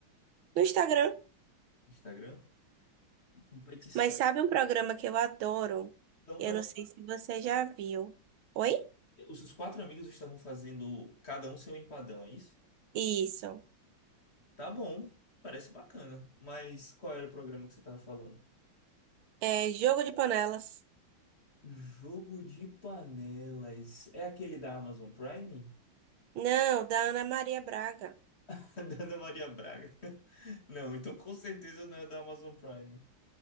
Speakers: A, on the right; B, on the left.
A: no Instagram.
B: Instagram? Competição.
A: Mas sabe um programa que eu adoro?
B: Então
A: Eu
B: tava.
A: não sei se você já viu. Oi?
B: Os os quatro amigos estavam fazendo cada um seu empadão, é isso?
A: Isso.
B: Tá bom, parece bacana. Mas qual era o programa que você tava falando?
A: É Jogo de Panelas.
B: Jogo de panelas. É aquele da Amazon Prime?
A: Não, da Ana Maria Braga.
B: <laughs> Da Ana Maria Braga. <laughs> Não, então com certeza não é da Amazon Prime.